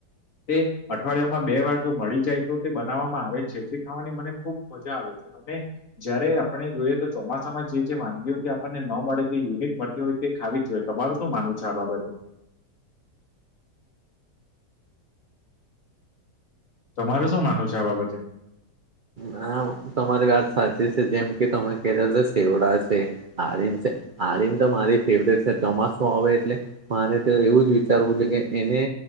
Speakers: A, on the left (about 50°); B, on the right (about 80°).
A: તે અઠવાડિયામાં બે વાર જો મળી જાય તો તે બનાવવામાં આવે જ છે જે ખાવાની મને ખુબ મજા આવે છે, અમે જયારે આપણે જોઈએ તો ચોમાસામાં જે વાનગીઓ જે આપણને ન મળે જે યુનિટ મળતી હોય. તે ખાવી જો હોય તમારું શું માનુંવ છે આ બાબતે? તમારે શું માનું છે આ બાબતે?
B: હ તમારી વાત સાચી છે જેમ કે તમે કે્યો છે સેવડાશે. આળીમ છે, આળીમ તો મારી ફેવરેટ છે ચોમાસું આવે એટલે મારે તો એવું જ વિચારવું છે કે એને